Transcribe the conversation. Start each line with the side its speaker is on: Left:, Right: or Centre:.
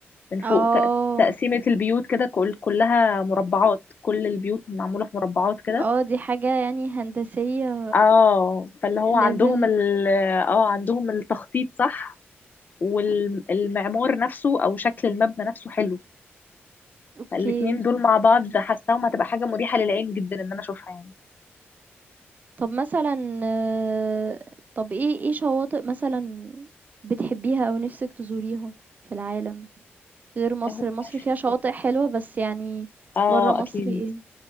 Left: من فوق
Right: اه
Left: تق- تقسيمة البيوت كده كل كلها مربعات كل البيوت معمولة في مربعات كده
Right: اه دي حاجة يعني هندسية
Left: اه فاللي
Right: ليفل
Left: هو عندهم ال اه عندهم التخطيط صح والمعمار نفسه او شكل المبنى نفسه حلو
Right: اوكي
Left: فالاتنين دول مع بعض حاساهم هتبقى حاجة مريحة للعين جدا ان انا اشوفها يعني
Right: طب مثلا آه، طب ايه ايه شواطئ مثلا بتحبيها او نفسك تزوريها في العالم غير مصر
Left: هو
Right: مصر
Left: مش
Right: فيها شواطئ حلوة بس يعني
Left: اه
Right: برا مصر
Left: اكيد
Right: ايه